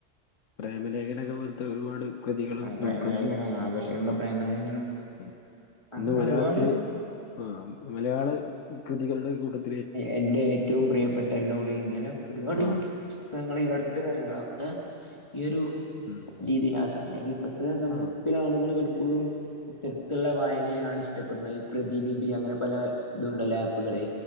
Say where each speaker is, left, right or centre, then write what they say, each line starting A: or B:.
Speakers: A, on the left; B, on the left.
A: പ്രേമലേഖനൊക്കെ പോലത്തെ ഒരുപാട് കൃതികളും
B: ആ
A: നമുക്കൊന്നും
B: പ്രേമലേഖനം ആ ബഷീറിന്റെ
A: അ
B: പ്രേമലേഖനം
A: ഉം
B: അങ്ങനെ
A: ഇന്ന് മലയാളത്തില്
B: ഒരുപാട്
A: ആ മലയാള കൃതികളുടെ കൂട്ടത്തി
B: എന്റെ ഏറ്റവും പ്രിയപ്പെട്ട എന്നോട് ഇങ്ങനെ ഒരുപാട്
A: ആഹ്
B: പുസ്ത ങ്ങള് അടുത്തകാര്യങ്ങളൊക്കെ ഈ ഒരു
A: ഉം
B: രീതിയിലാസ അതായത് ഇപ്പോഴത്തെ സമൂഹത്തിലെ
A: ആഹ്
B: ആളുകൾ പലപ്പോഴും ഇത്തരത്തിലുള്ള വായനയാണ് ഇഷ്ടപ്പെടുന്നത് ഈ പ്രതിലിപി അങ്ങനെ പല ഇതുണ്ടല്ലോ ആപ്പുകളെ